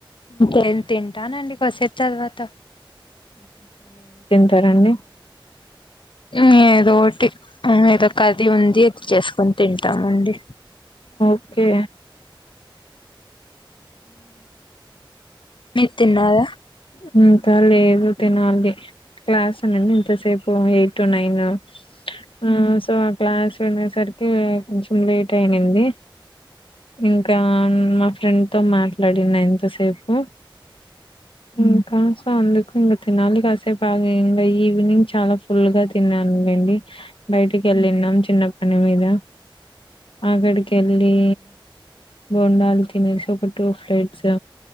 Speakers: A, on the left (about 70°); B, on the left (about 80°).
A: ేను తింటానండి కోసే తర్వాత
B: సారండి
A: హు ఏదో ఒకటి ఏదో ఒక కది ఉంది అది చేసుకొని తింటామండి
B: ఓకే
A: మీరు తిన్నారా
B: అ ఇంకా లేదు తినాలి క్లాస్ ఉన్నింది ఇంతసేపు ఎయిట్ టు నైన్ ఆ
A: ఉమ్.
B: సో క్లాస్ తినేసరికి కొంచెం లేట్ అయింది ఇంకా మా ఫ్రెండ్ తో మాట్లాడినా ఇంతసేపు ఇంకా సో అందుకు ఇంకా తినాలి కాసేపు ఆ ఇంకా ఈవినింగ్ చాలా ఫుల్ గా తిన్నాను లేండి బయటికి వెళ్ళన్నాం చిన్న పని మీద అక్కడికి వెళ్ళి బోండాలు తినేసి ఒక టూ ప్లేట్స్